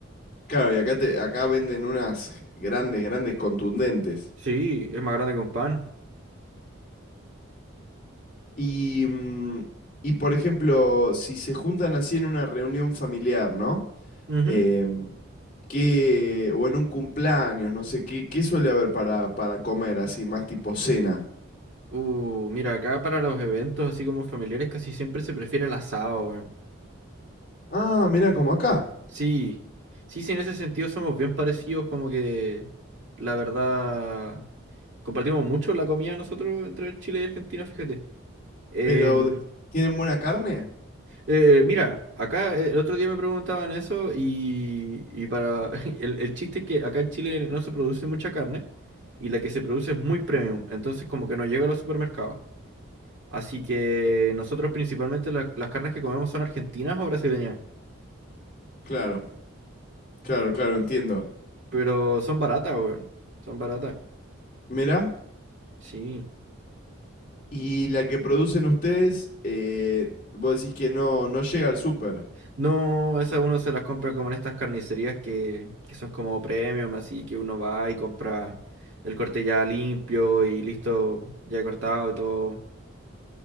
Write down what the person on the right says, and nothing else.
Sí, es más grande que un pan.
Ujú.
Uh, mira, acá para los eventos así como familiares casi siempre se prefiere el asado, weón.
Sí, sí, sí, en ese sentido somos bien parecidos, como que la verdad compartimos mucho la comida nosotros entre Chile y Argentina, fíjate. Em,
eh, eh, mira, acá eh, el otro día me preguntaban eso y, y para <laughs> el, el chiste es que acá en Chile no se produce mucha carne y la que se produce es muy premium, entonces como que no llega a los supermercados. Así que nosotros principalmente la- las carnes que comemos son argentinas o brasileñas,
pero son baratas, weón. Son baratas.
Sí.
No, esas uno se las compra como en estas carnicerías que, que son como premium, así que uno va y compra el corte ya limpio y listo, ya cortado y todo.